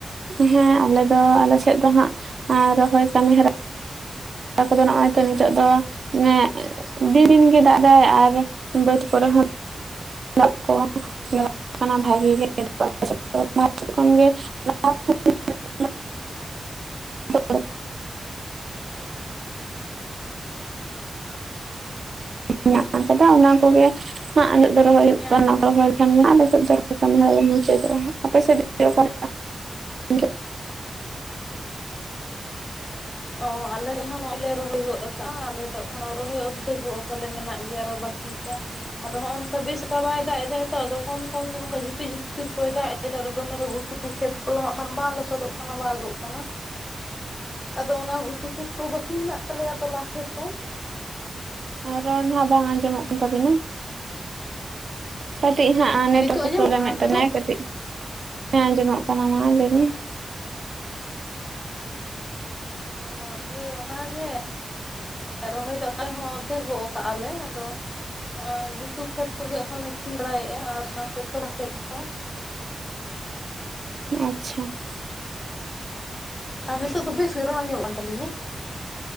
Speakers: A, on the right; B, on the left.
A: ᱦᱮᱸ ᱟᱞᱮ ᱫᱚ ᱟᱞᱮ ᱥᱮᱫ ᱫᱚ ᱦᱟᱸᱜ ᱨᱚᱦᱚᱭ ᱠᱟᱹᱢᱤᱦᱚᱨᱟ ᱠᱚᱫᱚ ᱱᱚᱜᱼᱚᱭ ᱛᱚ ᱱᱤᱛᱚᱜ ᱫᱚ ᱮᱸ ᱫᱤᱱ ᱨᱤ ᱜᱮ ᱫᱟᱜ ᱮᱟᱫᱟᱭ ᱟᱨ ᱵᱟᱹᱫᱽ ᱠᱚᱨᱮ ᱦᱚᱸ <inaudible> ᱠᱚ ᱠᱟᱱᱟ ᱵᱷᱟᱜᱤ ᱜᱮ ᱵᱷ ᱠᱷᱚᱱ ᱜᱮ <inaudible>
B: <unintelligible>
A: <inaudible> <inaudible> ᱢᱮᱱᱟᱜ ᱟᱠᱟᱫᱟ ᱚᱱᱟ ᱠᱚᱜᱮ ᱟᱞᱜ ᱫᱚ ᱨᱚᱦᱚᱭ ᱦᱩᱭᱩᱜ
B: ᱦᱮᱸ
A: ᱠᱟᱱᱟ
B: ᱦᱮᱸ
A: ᱚᱱᱟ ᱠᱚ ᱠᱦᱟᱱ ᱜᱮ ᱱᱦᱟᱜ ᱟᱞᱮ ᱥᱮᱫ ᱫᱚ ᱞᱮ ᱢᱩᱪᱟᱹᱫᱚᱜᱼᱟ ᱟᱯᱮ ᱥᱮᱫ ᱚᱠᱟᱮ <inaudible>
B: ᱛᱚ ᱟᱞᱮ ᱱᱚᱜᱼᱚᱭ ᱞᱮ ᱨᱚᱦᱚᱭ ᱜᱚᱫ ᱠᱟᱜᱼᱟ ᱟᱞᱮ ᱫᱚ ᱠᱷᱟᱱ ᱨᱚᱦᱚᱭ ᱚᱨᱫᱷᱮᱠ ᱚᱜᱠᱟᱞᱮ ᱢᱮᱱᱟᱜ ᱜᱮᱭᱟ ᱟᱨᱚ ᱵᱟᱠᱤ ᱠᱚ ᱾ ᱟᱫᱚ ᱱᱚᱸᱜᱼᱚᱭ ᱱᱚᱝ ᱠᱟ ᱵᱤᱥᱠᱟ ᱵᱟᱭ ᱫᱟᱜ ᱮᱫᱟ ᱛᱚ ᱟᱫᱚ ᱠᱚᱢ ᱠᱚᱢ ᱜᱮ ᱱᱚᱝᱠᱟ ᱡᱷᱤᱯᱤᱨ ᱡᱷᱤᱯᱤᱨ ᱠᱚᱭ ᱫᱟᱜ ᱮᱫ ᱱᱮᱛᱟᱨ ᱫᱚ ᱫᱚᱢᱮ ᱫᱚ ᱜᱷᱩᱴᱩ ᱠᱷᱮᱛ ᱠᱚ ᱟᱠᱷᱟᱱ ᱵᱟᱝ ᱞᱚᱥᱚᱫᱚᱜ ᱠᱟᱱᱟ ᱵᱟ ᱟᱜᱚᱜ ᱠᱟᱱᱟ ᱾ ᱟᱫᱚ ᱚᱱᱟ ᱜᱷᱩᱴᱩ ᱠᱷᱮᱛ ᱠᱩ ᱵᱟᱠᱤᱱ ᱢᱮᱱᱟᱜ ᱛᱟᱞᱮᱭᱟ ᱛᱚᱞᱟ ᱠᱷᱮᱛ ᱠᱚ ᱾
A: ᱟᱨ ᱨᱚᱲᱦᱟᱜ ᱵᱟᱝ ᱟᱸᱡᱚᱢᱚᱜ ᱠᱟᱱ ᱛᱟᱵᱤᱱᱟ ᱠᱟᱴᱤᱡ ᱦᱟᱸᱜ ᱟᱨ ᱱᱮᱴᱣᱟᱨᱠ
B: ᱱᱤᱛᱚᱜ
A: ᱠᱚ
B: ᱟᱸᱡᱚᱢᱚᱜ
A: ᱯᱨᱳᱚᱵᱞᱮᱢᱮᱫ
B: ᱠᱟᱱᱟ
A: ᱛᱟᱦᱮᱭᱟᱭ
B: ᱱᱤᱛᱚᱜ
A: ᱠᱟᱹᱴᱤᱡ ᱦᱮ ᱟᱸᱡᱚᱢᱚᱜ ᱠᱟᱱᱟ ᱢᱟ ᱞᱟᱹᱭ ᱵᱮᱱ ᱾
B: ᱚ ᱤᱭᱟᱹ ᱚᱱᱟ ᱜᱮ ᱨᱚᱦᱚᱭ ᱫᱚ ᱚᱠᱟ ᱦᱚᱸ ᱚᱫᱷᱮᱠ ᱜᱚᱜ ᱠᱟᱜᱼᱟᱞᱮ ᱟᱫᱚ ᱱᱚᱜ ᱚᱭ ᱜᱷᱩᱴᱩ ᱠᱷᱮᱛ ᱠᱚᱜᱮ ᱟᱠᱷᱟᱱ ᱞᱮ ᱥᱤ ᱵᱟᱲᱟᱭᱮᱫᱼᱟ ᱟᱨ ᱥᱟᱶᱛᱮ ᱛᱚᱨᱟ ᱠᱷᱮᱛ ᱠᱚ ᱾
A: ᱟᱪᱪᱷᱟ ᱾
B: ᱟᱨ ᱱᱤᱛᱚᱜ ᱫᱚ ᱵᱮᱥ ᱜᱮ ᱨᱚᱲᱟ ᱟᱸᱢᱚᱜ ᱠᱟᱱ ᱛᱟᱞᱤᱧᱟ?